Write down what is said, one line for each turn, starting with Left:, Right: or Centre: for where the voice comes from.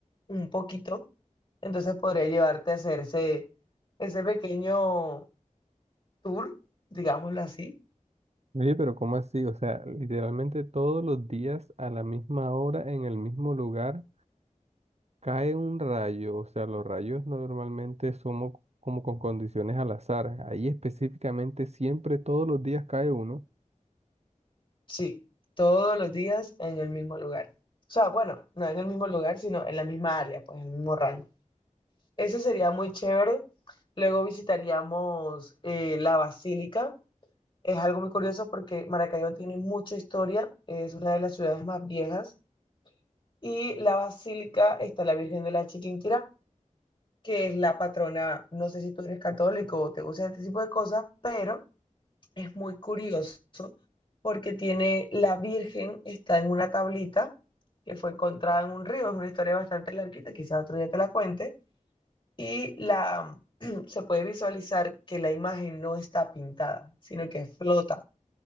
Left: un poquito, entonces podría llevarte a hacer ese, ese pequeño tour, digámoslo así.
Right: Oye, pero ¿cómo así? O sea, literalmente todos los días a la misma hora, en el mismo lugar, cae un rayo. O sea, los rayos normalmente somos como con condiciones al azar. Ahí específicamente siempre todos los días cae uno.
Left: Sí, todos los días en el mismo lugar. O sea, bueno, no en el mismo lugar, sino en la misma área, pues en el mismo rango. Eso sería muy chévere. Luego visitaríamos eh, la Basílica. Es algo muy curioso porque Maracaibo tiene mucha historia, es una de las ciudades más viejas. Y la Basílica está la Virgen de la Chiquinquirá, que es la patrona, no sé si tú eres católico o te gusta este tipo de cosas, pero es muy curioso porque tiene la Virgen, está en una tablita que fue encontrada en un río, es una historia bastante larguita, quizás otro día te la cuente, y la, <clears throat> se puede visualizar que la imagen no está pintada, sino que flota.